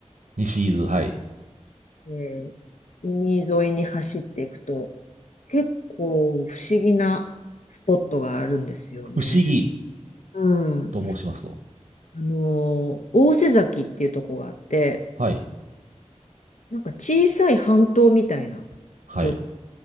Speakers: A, on the right; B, on the left.
A: 西伊豆、はい。
B: えー海沿いに走っていくと、結構不思議なスポットがあるんですよね。
A: 不思議
B: うん。
A: と申しますと。
B: あのー、大瀬崎っていうとこがあって、
A: はい。
B: なんか小さい半島みたいな
A: はい。
B: 状態